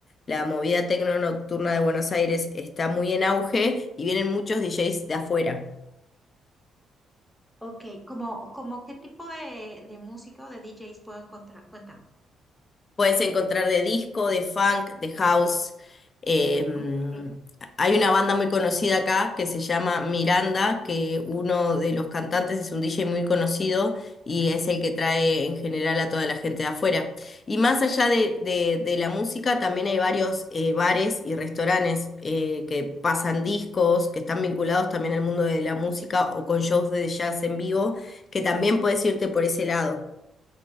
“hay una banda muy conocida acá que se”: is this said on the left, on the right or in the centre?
Left